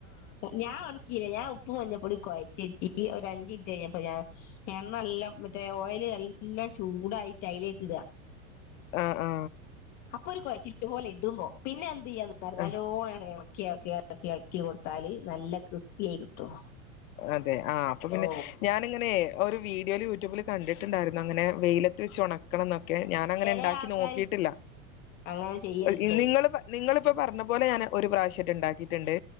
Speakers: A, on the left (about 25°); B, on the left (about 75°).
A: ഞാൻ ഒണക്കിയില്ല ഞാൻ ഉ പ്പും മഞ്ഞപ്പൊടിയും കൊഴച്ച് വെച്ചിട്ട് ഒരു അഞ്ച് മിനിട്ട് കഴിഞ്ഞപ്പോ ഞാൻ എണ്ണനല്ല മറ്റേ ഓയിൽ നല്ല ചൂടായിട്ട് അതിലേക്കിടുക
B: ആ ആ
A: അപ്പൊ ഒരു കൊഴച്ചിൽ ഇതുപോലെ ഇടുമ്പോ പിന്നെ അത് <unintelligible> നല്ലവോണം
B: ആഹ്
A: അങ്ങട്ട് ഇളക്കി ളക്കി എളക്കി എളക്കി എളക്കി കൊടുത്താല് നല്ല ക്രിസ്പിയായി കിട്ടും
B: അതെ ആ അപ്പം പിന്നെ
A: ഓ
B: ഞാനിങ്ങനെ ഒരു വീഡിയോയിൽ യൂട്യൂബിൽ കണ്ടിട്ടുണ്ടായിരുന്നു അങ്ങനെ വെയിലത്ത് വെച്ച് ഉണക്കണംന്നൊ ക്കെ ഞാൻ അങ്ങനെ
A: ചില
B: ഉണ്ടാക്കി
A: ആൾക്കാര്
B: നോക്കിയിട്ടില്ല
A: അങ്ങനെ ചെയ്യലുണ്ട്
B: ഇ നിങ്ങള് നിങ്ങള് ഇപ്പം പറഞ്ഞപോലെ ഞാന് ഒരു പ്രാവശ്യം ആയിട്ട് ഉണ്ടാക്കിയിട്ടുണ്ട്